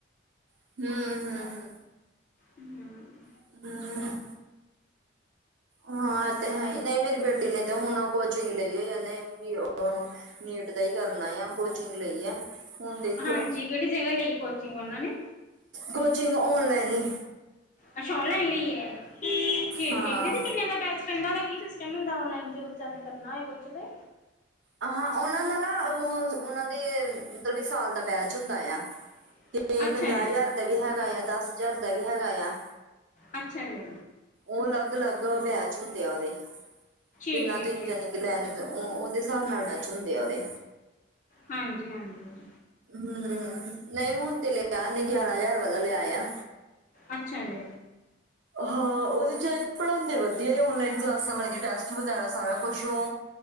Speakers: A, on the right (about 75°); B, on the left (about 40°).
A: ਹੁੰ, ਹੁੰ, ਹੁੰ।
B: ਹੁੰ, ਹੁੰ।
A: <unintelligible> ਹਾਂ ਤੇ ਹੈ, ਨਈ ਮੇਰੀ ਬੇਟੀ ਨੇ ਤੇ ਹੁਣ ਓ ਕੋਚਿੰਗ ਲਈ ਏ ਯਾਨੇ, ਬੀ ਓ ਤੋ। ਮੀਤ ਦਾ ਈ ਕਰਨਾ ਆ ਕੋਚਿੰਗ ਲਈ ਆ। ਹੁਣ ਦੇਖੋ
B: ਹਾਂਜੀ ਕਿਹੜੀ ਜਗ੍ਹਾ ਲਈ ਕੋਚਿੰਗ ਓਨਾ ਨੇ
A: ਕੋਚਿੰਗ ਔਨਲਾਈਨ ਈ।
B: ਅੱਛਾ ਔਨਲਾਈਨ ਲੀ ਏ ਠੀਕ-ਠੀਕ
A: ਹਾਂ
B: ਦੀਦੀ ਕਿੰਨੇ ਦਾ ਬੈਚ ਪੈਂਦਾ ਵਾ? ਕੀ ਸਿਸਟਮ ਹੁੰਦਾ ਔਨਲਾਈਨ ਤੇ ਬੱਚਿਆਂ ਨੇ ਕਰਨਾ ਏ ਕੁਝ ਤੇ?
A: ਹਾਂ ਓਨਾਂ ਦਾ ਨਾ ਓਹ ਉਨਾਂ ਦੇ ਮਤਲਬ ਵੀ ਸਾਲ ਦਾ ਬੈਚ ਹੁੰਦਾ ਆ।
B: <inaudible>
A: ਤੇ ਪੰਜਾਹ
B: ਜੀ
A: ਹਜ਼ਾਰ ਦਾ ਵੀ ਹੈਗਾ ਆ, ਦਸ ਹਜ਼ਾਰ ਦਾ ਵੀ ਹੈਗਾ ਆ।
B: ਅੱਛਾ ਜੀ।
A: ਓ ਅਲੱਗ-ਅਲੱਗ ਬੈਚ ਹੁੰਦੇ ਆ ਓਦੇ, ਜਿੰਨਾ
B: ਠੀਕ ਠੀਕ
A: ਤੂੰ
B: ਠੀਕ
A: ਜਨੀ ਕਿ ਮੈਂ ਓਹ ਓਹਦੇ ਹਿਸਾਬ ਨਾਲ ਮੈਚ ਹੁੰਦੇ ਆ ਓਹਦੇ।
B: ਹਾਂਜੀ-ਹਾਂਜੀ।
A: ਹੂੰ, ਨਈ ਹੁਣ ਤੇ ਲਿਆ ਨੀ ਗਯਾ, ਗਿਆਰਾ ਹਾਜ਼ਰ ਵਾਲਾ ਲੈ ਆਈਆਂ।
B: ਅੱਛਾ ਜੀ।
A: ਹਾਂ। ਓਦੇ 'ਚ ਪੜੋਂਦੇ ਵਧੀਆ ਔਨਲਾਈਨ ਕਲਾਸਾਂ ਲਗਦੀਆ, ਟੈਸਟ ਵਗੈਰਾ ਸਾਰਾ ਕੁਛ ਓ